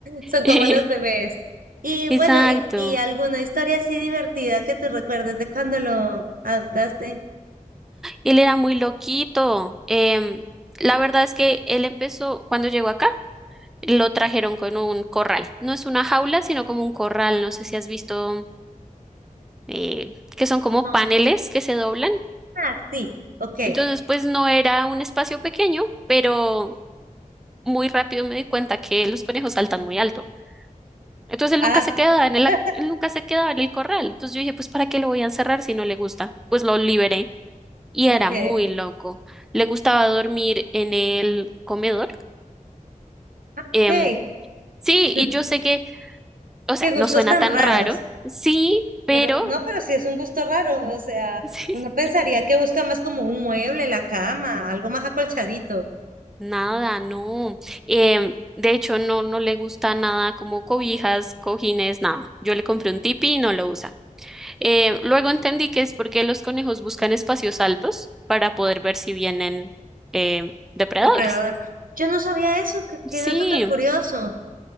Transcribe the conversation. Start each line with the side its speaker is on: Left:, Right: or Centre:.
Right: Son
Centre: <laughs>
Right: como los bebés. Y
Centre: Exacto.
Right: bueno, y, y alguna historia así divertida que te recuerdes de cuando lo adoptaste.
Centre: Él era muy loquito. em, la verdad es que él empezó, cuando llegó acá, lo trajeron con un corral. No es una jaula, sino como un corral. No sé si has visto eh, que son como
Right: No.
Centre: paneles que se doblan.
Right: Ah, sí. Ok.
Centre: Entonces, pues no era un espacio pequeño, pero muy rápido me di cuenta que los conejos saltan muy alto. Entonces él
Right: Ah,
Centre: nunca se quedaba en
Right: <laughs>
Centre: el, ac- él nunca se quedaba en el corral. Entonces yo dije, pues ¿para qué lo voy a encerrar si no le gusta? Pues lo liberé. y
Right: ok.
Centre: era muy loco. Le gustaba dormir en el comedor.
Right: Ah,
Centre: Em,
Right: ok.
Centre: sí,
Right: <laughs>
Centre: y yo sé que, o sea,
Right: Qué gustos
Centre: no suena
Right: tan
Centre: tan
Right: raros.
Centre: raro, sí, pero
Right: Pero no, pero sí es un gusto raro, o sea,
Centre: <laughs>
Right: uno
Centre: sí,
Right: pensaría que busca más como un mueble, la cama, algo más acolchadito,
Centre: nada, no. Em, de hecho, no, no le gusta nada como cobijas, cojines, nada. Yo le compré un tipi y no lo usa. Em, luego entendí que es porque los conejos buscan espacios altos para poder ver si vienen em, depredadores.
Right: depredador. Yo no sabía eso, qué,
Centre: Sí,
Right: qué dato tan curioso.